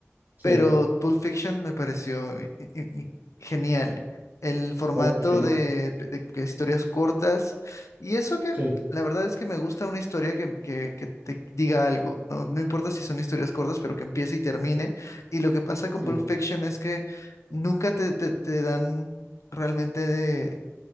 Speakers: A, on the right; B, on the left.
A: Sí,
B: pero Pulp Fiction me pareció i- i- i- genial. El formato
A: o- ok,
B: de, de que historias cortas. Y eso que
A: sí,
B: la verdad es que me gusta una historia que, que- que te diga algo. No, no importa si son historias cortas, pero que empiece y termine. Y lo que pasa con
A: sí,
B: Pulp Fiction es que nunca te, te- te dan realmente, de-